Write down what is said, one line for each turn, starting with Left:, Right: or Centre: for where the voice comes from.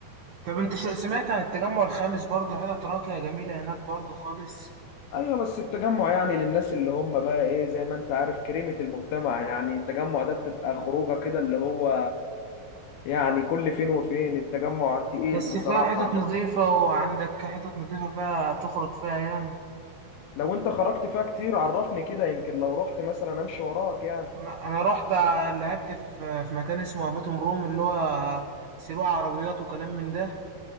Right: طب انت شو سمعت عن التجمع الخامس برضو حتت راقية جميلة هناك برضو خالص
Left: ايوه بس التجمع يعني للناس اللي هم بقى ايه زي ما انت عارف كريمه المجتمع يعني التجمع ده بتبقى خروجه كده اللي هو يعني كل فين وفين التجمع تقيل
Right: بس
Left: بصراحه
Right: فيها حتت
Left: وكان-
Right: نظيفة وعندك حتت نظيفة فيها تخرج فيها ياما
Left: لو انت خرجت فيها كتير عرفني كده يمكن لو رحت مثلا امشي وراك يعني
Right: انا أنا رحت ع- لعبت في في مكان اسمه افاتوم روم اللي هو سباق عربيات وكلام من ده